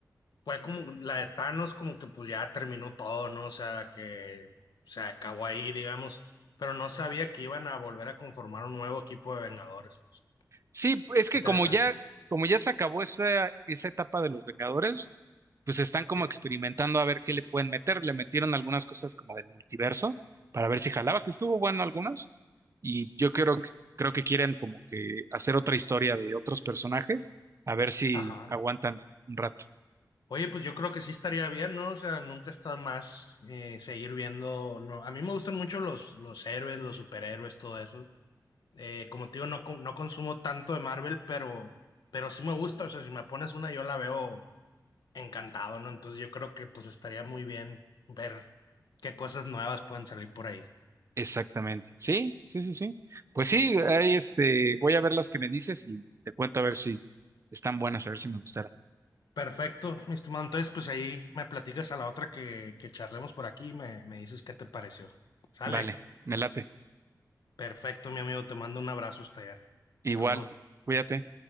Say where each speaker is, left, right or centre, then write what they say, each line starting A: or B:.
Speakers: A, on the left (about 85°); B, on the right (about 45°).
A: fue como la de Thanos, como que pues ya terminó todo, ¿no? O sea, que se acabó ahí, digamos, pero no sabía que iban a volver a conformar un nuevo equipo de Vengadores. Pues,
B: Sí, es que
A: interesante.
B: como ya, como ya se acabó esa, esa etapa de los Vengadores, pues están como
A: Ya.
B: experimentando a ver qué le pueden meter. Le metieron algunas cosas como del multiverso para ver si jalaba, que estuvo bueno algunas. Y yo creo, que- creo que quieren como que hacer otra historia de otros personajes, a ver si
A: Ajá.
B: aguantan un rato.
A: Oye, pues yo creo que sí estaría bien, ¿no? O sea, nunca está más eh, seguir viendo. No. A mí me gustan mucho los, los héroes, los superhéroes, todo eso. Eh, como te digo, no, co- no consumo tanto de Marvel, pero, pero sí me gusta. O sea, si me pones una, yo la veo encantado, ¿no? Entonces yo creo que pues estaría muy bien ver qué cosas nuevas pueden salir por ahí.
B: Exactamente. Sí, sí, sí, sí. Pues sí, ahí este, voy a ver las que me dices y te cuento a ver si están buenas, a ver si me gustaron.
A: Perfecto, mi estimado. Entonces, pues ahí me platicas a la otra que, que charlemos por aquí y me, me dices qué te pareció. Sale.
B: Vale, me late.
A: Perfecto, mi amigo. Te mando un abrazo hasta allá.
B: Igual,
A: Saludos.
B: cuídate.